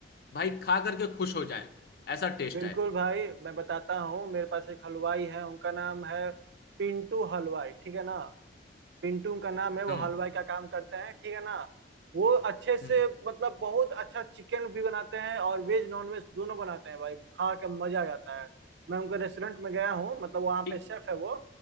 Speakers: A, on the left (about 55°); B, on the right (about 65°).
A: भाई खा करके खुश हो जाएं ऐसा टेस्ट
B: बिल्कुल
A: आए
B: भाई मैं बताता हूँ मेरे पास एक हलवाई है उनका नाम है पिंटू हलवाई ठीक है ना पिंटू का नाम है वो
A: हम्म
B: हलवाई का काम करते हैं ठीक है ना वो अच्छे से
A: हम्म
B: मतलब बहुत अच्छा चिकन भी बनाते हैं और वेज नॉन वेज दोनों बनाते हैं भाई खा के मजा आ जाता है मैं उनके रेस्टोरेंट में गया हूँ मतलब वहाँ
A: ठीक-
B: पे शेफ है वो